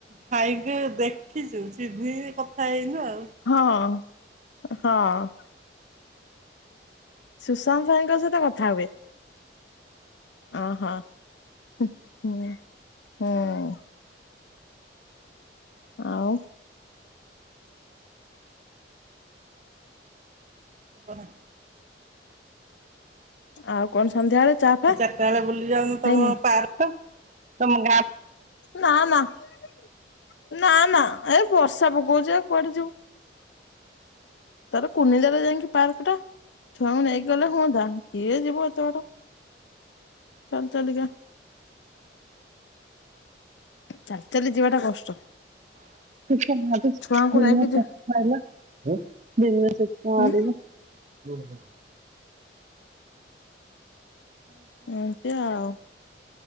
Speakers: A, on the right (about 40°); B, on the left (about 80°).
A: ସାଇକେଲ୍ ଦେଖିଚୁ ସିଏ ଦିଏ। <unintelligible> କଥା ହେଇନୁ ଆ
B: ହଁ। ହଁ। ସୁଶାନ୍ତ ଭାଇଙ୍କ ସହିତ କଥା ହୁଏ। ଓହୋ ହଁ ହଁ। ଆଉ
A: ଖବର
B: ଆଉ କଣ? ସନ୍ଧ୍ୟାବେଳେ ଚା ଫା
A: ମୁଁ ଚାରିଟା ବେଳେ ବୁଲି ଯାଉନୁ ତମ
B: ହେଇନି
A: ପାର୍କ ତମ
B: ନା ନା ନା ଏ ବର୍ଷା ପକଉଛି ଆଉ କୁଆଡେ ଯିବୁ। ତାର କୁନିଦାରେ ଯାଇକି ପାର୍କ ଟା ଛୁଆଙ୍କୁ ନେଇକି ଗଲେ ହୁଅନ୍ତା କିଏ ଯିବ ଏତେର ଚାଲ ଚାଲିିକା ଚାଲି ଚାଲି ଯିବା ଟା କଷ୍ଟ
A: ଭଲା
B: ଛୁଆଙ୍କୁ
A: ଭନ
B: ନେଇକି ଯି
A: ଆାରିଲ। ହୁଁ
B: ଉଁ
A: ହୁଁ।
B: ଏତି ଆଉ।